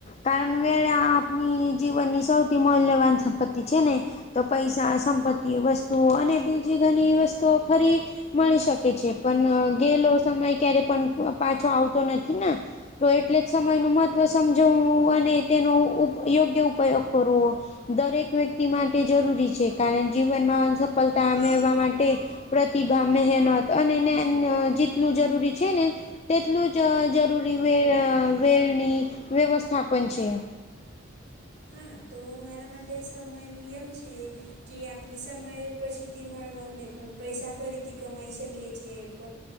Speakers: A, on the left (about 30°); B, on the right (about 50°).
A: કારણ <unintelligible> આપની જીવનની સૌથી મૂલ્યવાન સંપત્તિ છે, ને તો પૈસા, સંપત્તિ, વસ્તુઓ અને બીજી ઘણી વસ્તુઓ ફરી મળી શકે છે, પણ ગેલો સમય ક્યારે પણ પાછો આવતો નથી ને તો એટલે જ સમયનું મહત્ત્વ સમજવું અને તેનો ઉ યોગ્ય ઉપયોગ કરવો દરેક વ્યક્તિ માટે જરૂરી છે, કારણ જીવનમાં સફલતા મેળવા માટે પ્રતિભા, મહેનત અને <unintelligible> જેટલું જરૂરી છે, ને તેટલું જ જરૂરી વે અ વેળની વ્યવસ્થા પણ છે.
B: હા તો મારા માટે સમયનું યમ છે. કે આપને સમય પછીથી મળવા નહીં પણ પૈસા ફરીથી કમાઈ શકીએ છે, પ